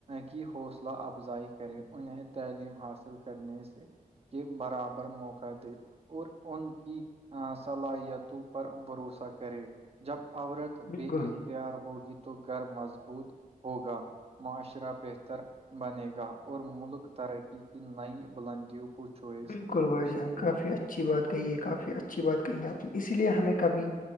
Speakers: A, on the right; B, on the left.
A: کی حوصلہ افزائی کرے انہیں تعلیم حاصل کرنے سے کے برابر موقع دے اور ان کی صلاحیتوں پر بھروسہ کرے جب عورت
B: بالکل
A: بے اختیار ہوگی تو گھر مضبوط ہوگا معاشرہ بہتر بنے گا اور ملک ترقی کی نئی بلندیوں کو کچ چئے
B: بالکل بھائی
A: چ
B: جان
A: سکے
B: کافی
A: گا
B: اچھی بات کہی ہے کافی اچھی بات کہی ہے آپ نے اسی لیے ہمیں کبھی